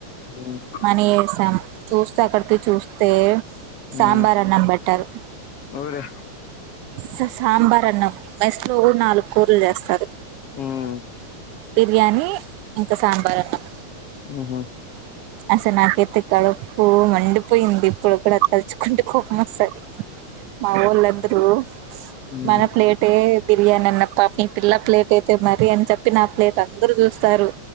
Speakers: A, on the left; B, on the right.
A: ఉమ్
B: మనీ ఎసాం చూస్తే అక్కడికి చూస్తే సాంబార్
A: ఉమ్
B: అన్నం బెట్టారు
A: ఊరే
B: సా సాంబార్ అన్నం మెస్లో గూడ నాలుగు కూరలు చేస్తారు
A: ఉమ్
B: బిర్యానీ ఇంకా సాంబార్ అన్నం
A: ఉహు
B: అసల్ నాకైతే కడుపు మండిపోయింది ఇప్పుడు కూడా తలుచుకుంటే కోపం వస్తాది మా వొళ్ళందరూ
A: ఉమ్
B: మన ప్లేటే బిర్యానీ అన్నప్ప మీ పిల్ల ప్లేట్ అయితే మరి అని చెప్పి నా ప్లేట్ అందరు జూస్తారు